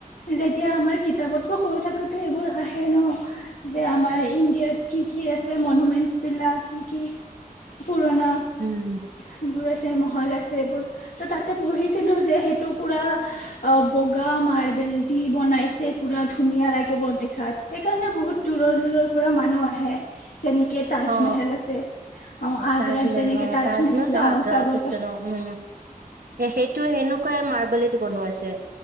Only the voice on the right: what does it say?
উম
অ
তাজমহল
অ
তাজমহলতটো
আগ্ৰাত
আছে ন উম সেইটো সেনেকুৱাই মাৰ বনোৱা আছে